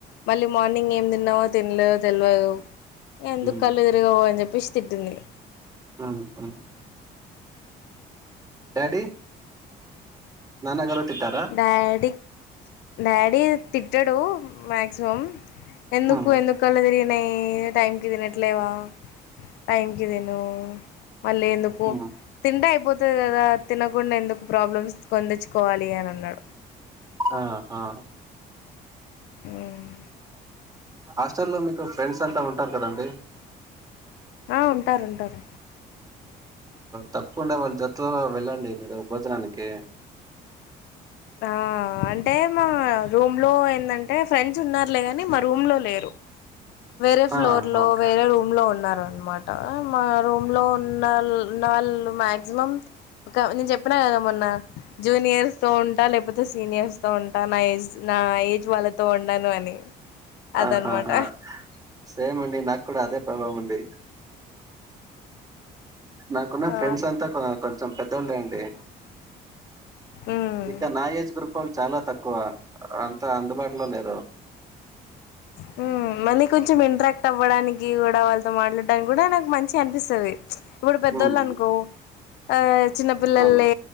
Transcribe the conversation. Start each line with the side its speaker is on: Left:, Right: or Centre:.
Left: మళ్ళీ మార్నింగ్ ఏం తిన్నావు. తినలే తెలవదు ఎందుకు
Right: ఉమ్
Left: కళ్ళు ఎదురగవు అని చెప్పేసి తిట్టింది.
Right: హ్మ్మ్ హ్మ్మ్ డాడీ నాన్నగారు తిట్టారా.
Left: డాడీ డాడీ తిట్టాడు మ్యాక్సిమం ఎందుకు
Right: ఉమ్
Left: ఎందుకు కళ్లు తిరిగినాయి టైం కి తినట్లేవా టైం కి తిను మళ్లీ ఎందుకు. పో
Right: ఉమ్
Left: తింటే అయిపోతది కదా తినకుండా ఎందుకు ప్రాబ్లమ్స్ కొని తెచ్చుకోవాలి అని అన్నాడు
Right: ఆహా
Left: హ్మ్మ్
Right: హాస్టల్ లో మీకు ఫ్రెండ్స్ అంతా ఉంటారు కదండి.
Left: ఆ ఉంటారు ఉంటారు.
Right: తప్పకుండా వాళ్ళ జతులలో వెళ్ళండి మీరు భోజనానికి.
Left: ఆ అంటే మా రూమ్ లో ఏందంటే ఫ్రెండ్స్ ఉన్నారులే కాని మా రూమ్ లో లేరు. వేరే ఫ్లోర్
Right: ఆ
Left: లో
Right: ఓకే
Left: వేరే రూమ్. రూం లో ఉన్నారనమాట మా రూమ్ లో ఉన్నళ్ళున్నళ్ళు మాక్సిమం. ఒక నేను చెప్పినా కదా మొన్న జూనియర్స్ తో ఉం. ఉంటా లేకపోతే సీనియర్స్ తో ఉంటా నా ఏజ్ నా ఏజ్ వాళ్ళతో ఉండను అని. అదన్నమాట
Right: ఆహాహా సేమ్ అండి నాకు కూడా అదే ప్రాబ్లం అండి. నాకున్న
Left: ఆ
Right: ఫ్రెండ్స్ అంతా కొంచెం పెద్దోళ్ళు అండి
Left: ఉమ్
Right: ఇక నా ఏజ్ గ్రూప్ వాళ్ళు చాలా తక్కువ అంత అందుబాటులో లేరు.
Left: హ్మ్ మళ్ళీ కొంచెం ఇంట్రాక్ట్ అవ్వడానికి కూడా వాళ్ళతో మాట్లాడడానికి కూడా నాకు మంచిగా అనిపిస్తది. ఇప్పుడు పెద్దోళ్ళు
Right: హ్మ్
Left: అనుకో ఏ చిన్నపిల్లలే
Right: అవును.